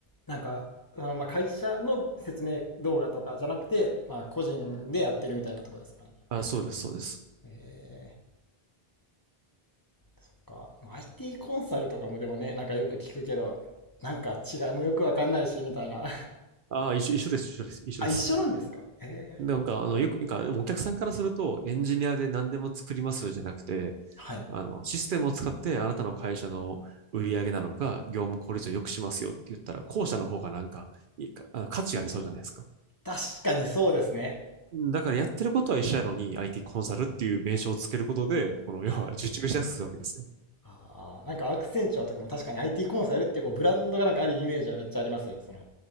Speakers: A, on the left; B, on the right.
A: なんか、あ、まあ、会社の説明動画とかじゃなくて、まあ、個人でやってるみたいなところですかね、やっぱり。
B: あ、そうです、そうです。
A: えそっか。まあ IT コンサルとかもでもね、なんかよく聞くけど、なんか違いもよくわかんないし、みたいな。
B: あ、一緒、一緒です、一緒です、
A: <laughs>
B: 一緒です。
A: あ、一緒なんですかええ
B: でなんか、あの、よく、なんか、でもお客さんからすると、エンジニアで何でも作りますじゃなくて、
A: はい。
B: あの、システムを使ってあなたの会社の売り上げなのか、業務効率を良くしますよって言ったら、後者の方がなんか、いいかあの価値ありそうじゃないですか。
A: 確かにそうですね。
B: だからやってることは一緒やのに IT コンサルっていう名称をつけることで、この要は受注しやすくするわけですよ。
A: はい。ああ、なんかアクセンチュアとかも確かに IT コンサルっていうこうブランドがなんかあるイメージはめっちゃあります。その。